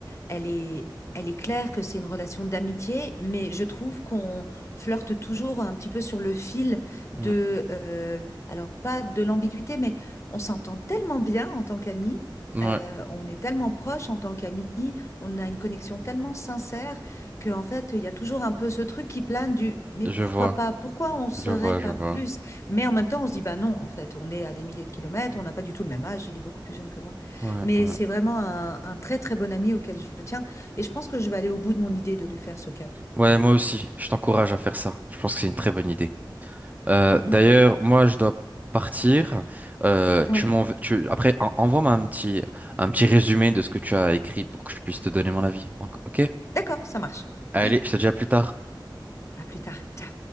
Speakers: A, on the left (about 35°); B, on the right (about 20°).
A: elle est, elle est claire que c'est une relation d'amitié, mais je trouve qu'on flirte toujours un petit peu sur le fil de,
B: mhm.
A: euh, alors pas de l'ambiguïté, mais on s'entend tellement bien en tant qu'amis.
B: Ouais,
A: euh, on est tellement proches en tant qu'amis, on a une connexion tellement sincère que en fait, il y a toujours un peu ce truc qui plane du mais
B: je
A: pourquoi
B: vois,
A: pas? Pourquoi on serait
B: je vois,
A: pas
B: je vois.
A: plus? Mais en même temps, on se dit bah non, en fait, on est à des milliers de kilomètres, on n'a pas du tout le même âge, il est beaucoup plus jeune que moi.
B: Ouais,
A: Mais
B: ouais.
A: c'est vraiment un, un très très bon ami auquel je tiens. Et je pense que je vais aller au bout de mon idée de lui faire ce cadeau.
B: Ouais, moi aussi, je t'encourage à faire ça. Je pense que c'est une très bonne idée. Euh,
A: Mm,
B: d'ailleurs,
A: mm.
B: moi, je dois partir. Euh,
A: Ouais,
B: tu m'env- tu... Après, en- envoie-moi un petit, un petit résumé de ce que tu as écrit pour que je puisse te donner mon avis. En- Ok?
A: d'accord, ça marche.
B: Allez,
A: Oui,
B: je te dis à plus tard.
A: à plus tard. Ciao.